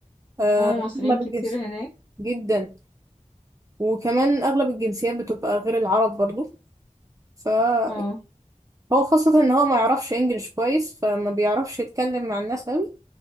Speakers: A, on the right; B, on the left.
A: آه،
B: اه مصريين
A: اغلب
B: كتير
A: الجنس
B: هناك
A: جدا وكمان اغلب الجنسيات بتبقى غير العرب برضو فهو
B: اه
A: خاصة ان هو ما يعرفش انجليش كويس فما بيعرفش يتكلم مع الناس قوي